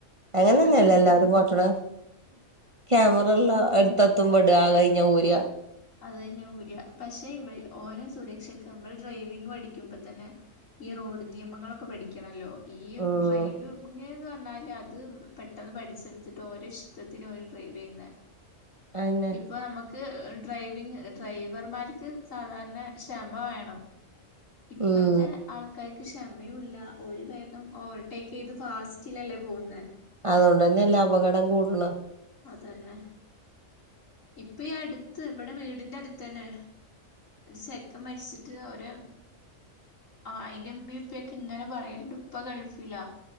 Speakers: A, on the right; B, on the left.
A: അങ്ങനെന്നെയല്ലോ
B: അതന്നെ
A: എല്ലാവരും കാട്ടുണ് ക്യാമറ ഉള്ള എടുത്ത എത്തുമ്പോ ഇട അത് കഴിഞ്ഞ ഊര
B: അത് തന്നെ ഊര് പക്ഷെ ഇവര് ഓന സുരക്ഷക്ക്നമ്മൾ ഡ്രൈവിങ് പഠിക്കുമ്പോ തന്നെ ഈ റോഡ് നിയമങ്ങളൊക്കെ പഠിക്കണല്ലോ ഈ
A: ഉം
B: ഡ്രൈവ് ഇങ്ങനെ പറ പറാല് അത് പെട്ടെന്ന് പഠിച്ചെടുത്തിട്ട് ഓരോ ഇഷ്ടത്തിന് ഒരു ഡ്രൈവ് ചെയ്യുന്ന
A: അയെന്നെ
B: ഇപ്പൊ നമുക്ക് <inaudible> ഡ്രൈവിങ് ഡ്രൈവർമാർക്ക് സാധാരണ ക്ഷമ വേണം ഇപ്പത്തെ
A: ഉം
B: ആൾക്കാർക്ക് ക്ഷമയയുംല്ല ഒരു വ ഓവർടേക്ക് ചെയ്ത് ഫാസ്റ്റിലല്ലേ പോകുന്നത്
A: അതുകൊണ്ട് തന്നെ എല്ല അപകടം കൂടണം
B: അതന്നെ ഇപ്പ ഈ അടുത്ത് ഇവിടെ വീടിന്റെ അടുത്ത് തന്നെ ചെക്കൻ മരിച്ചിട്ട് ഓര് അയിന്റെ ഉമ്മി ഉപ്പയും യൊക്കെ ഇങ്ങനെ പറയലണ്ട് ഇപ്പ ഗൾഫില്ലാ